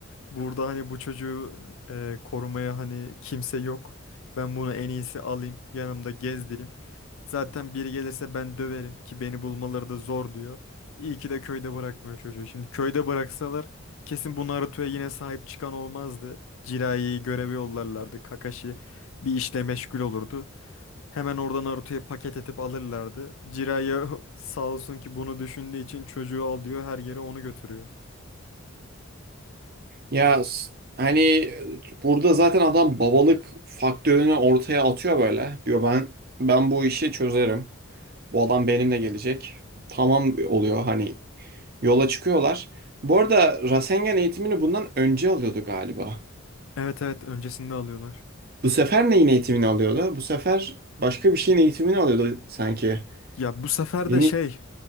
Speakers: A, on the left; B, on the right.
A: Burada hani bu çocuğu e, korumaya hani kimse yok. Ben bunu en iyisi alayım, yanımda gezdireyim. Zaten biri gelirse ben döverim ki beni bulmaları da zor diyor. İyi ki de köyde bırakmıyor çocuğu. Şimdi köyde bıraksalar kesin bu Naruto'ya yine sahip çıkan olmazdı. Jiraiya göreve yollarlardı. Kakashi bir işle meşgul olurdu. Hemen oradan Naruto'ya paket edip alırlardı. Jiraiya <laughs> sağ olsun ki bunu düşündüğü için çocuğu alıyor her yere onu götürüyor.
B: ya s- hani burada zaten adam babalık faktörünü ortaya atıyor böyle. Diyor ben ben bu işi çözerim. Bu adam benimle gelecek. Tamam oluyor hani yola çıkıyorlar. Bu arada Rasengan eğitimini bundan önce alıyordu galiba.
A: Evet evet öncesinde alıyorlar.
B: Bu sefer neyin eğitimini alıyordu? Bu sefer başka bir şeyin eğitimini alıyordu sanki.
A: Ya bu sefer
B: Yeni
A: de şey